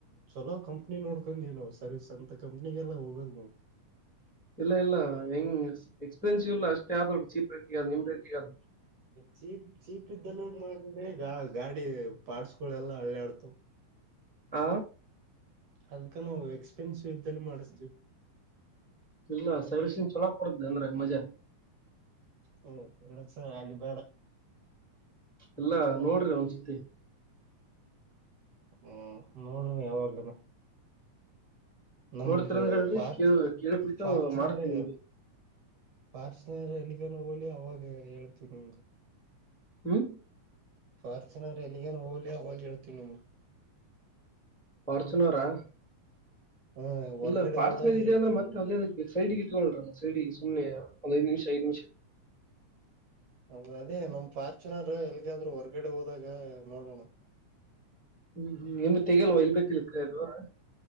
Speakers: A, on the right (about 60°); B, in the centre.
A: ಚಲೋ ಕಂಪ್ನಿ ನೋಡ್ಕೊಂಡೀ ನಾ ಸರ್ವಿಸ್ ಅಂತ ಕಂಪ್ನಿ. ಅಗೆ ಎಲ್ಲ ಹೋಗಂಗ.
B: ಇಲ್ಲ ಇಲ್ಲ ಹೆಂಗ್ ಎಕ್ಸ್ಪೆನ್ಸಿವ್ ಇಲ್ಲ ಅಷ್ಟೇ ಆದ ಚೀಪ್ ರೇಟಗ ನಿಮ್ ರೇಟಗ ಅ.
A: ಚೀಪ್ ಚೀಪ್ ಇದ್ದಲ್ಲ ಮಾಡ್ರೆ ಗ ಗಾಡಿ ಪಾರ್ಟ್ಸ್ ಗಳೆಲ್ಲಾ ಹಳ್ಳಆಡ್ತವ.
B: ಆ
A: ಅದ್ಕ ನಾವು ಎಕ್ಸ್ಪೆನ್ಸಿವ್ ಇದ್ದಲ್ಲಿ ಮಾಡಿಸ್ತೀವಿ.
B: ಇಲ್ಲ ಸರ್ವೀಸಿಂಗ್ ಚಲೋ ಕೊಡದೆ ಅಂದ್ರೆ ಮಜಾ.
A: ಹ್ಮ ಎಡಸ ಅಲೀಬೇಡ.
B: ಎಲ್ಲಾ <inaudible>
A: ಹ್ಮ್ ಮೂಡ <unintelligible> ಯಾವ ಅಲ್ಲ. ನಮ್ದು
B: ನೋಡ್ತಿರಂದ್ರ ಹೇಳ್ರಿ
A: ಫಾರ್
B: ಕೇಳ ಕೇಳ್ಬಿಟ್ಟು
A: ಫಾರ್ಚುನರ್.
B: ಮಾಡ್ತೀವಿ ನಿಮ್ಗೆ
A: ಫಾರ್ಚುನರ್ ಎಲ್ಲಿಗನ ಹೋಗಲಿ ಅವಾಗ ಹೇಳ್ತ ನಿ.
B: ಹ್ಮ್
A: ಫಾರ್ಚುನರ್ ಎಲ್ಲಿಗನ್ ಹೋಗಲಿ ಅವಾಗ ಹೇಳ್ತೀ ನಿಮ್ಗೆ.
B: ಪಾರ್ಚುನರಾ.
A: ಹ್ಮ್ ಹೊರ್ಗಡೆ
B: ಇಲ್ಲ ಫಾರ್ಚುನರ್
A: ಹೋದಾಗ
B: ಇದೆ
A: ಹೇಳ್ತೀನಿ.
B: ಅಂದ್ರೆ ಮತ್ತೆ ಅದೇನುಕ್ಕೆ. ಸೈಟ ಇಟ್ಕೊಡ್ರ ಸೈಟ ಸುಮ್ನೆ ಒಂದು ನಿಮಿಷ ಐದು ನಿಮಿಷ.
A: ಅ ಅದೇ ನಮ್ ಫಾರ್ಚುನರ್ ಎಲ್ಗಾದ್ರೂ ಹೊರ್ಗಡೆ ಹೋದಾಗ ನೋಡೋಣ.
B: ಹ್ಮ್ ನಿಮ್ಮ ತೆಗಲ್ವಾ ಇಲ್ಬೇಕಲಿಲ್ಲರ.